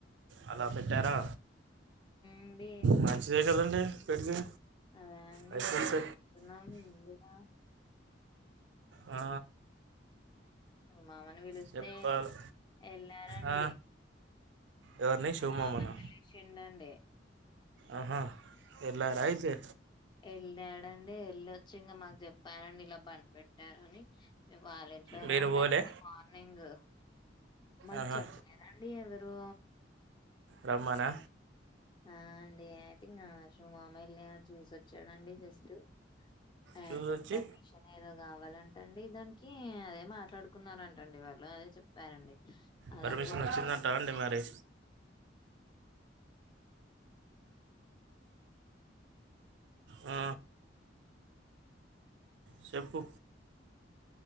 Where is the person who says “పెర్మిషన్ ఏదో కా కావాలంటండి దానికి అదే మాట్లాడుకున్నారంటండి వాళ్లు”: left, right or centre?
Left